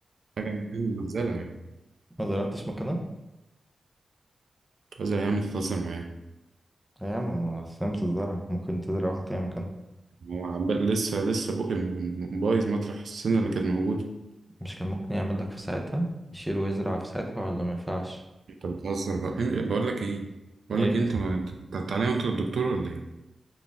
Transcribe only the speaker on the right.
حاجه مهزله يعني
هزل يا عم تتهزر معايا
هو عب- لسه لسه بقى م- بايظ مطرح السنة اللي كانت موجودة
انت بتهزر بقى إيه- بقول لك ايه بقول
لك إيه، انت ما- انت أنت تعالى انت الدكتور ولا ايه ما